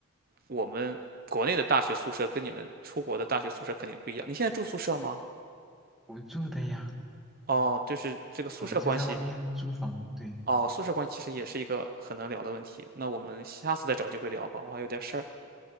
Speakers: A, on the right; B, in the centre.
A: 我们国内的大学宿舍跟你们出国的大学宿舍肯定不一样。你现在住宿舍吗？
B: 我住的呀，
A: 哦，就是这个宿舍关系。
B: 哦，就在外面租房。对，
A: 哦，宿舍关系其实也是一个很能聊的问题。那我们下次再找机会聊吧，我还有点事儿。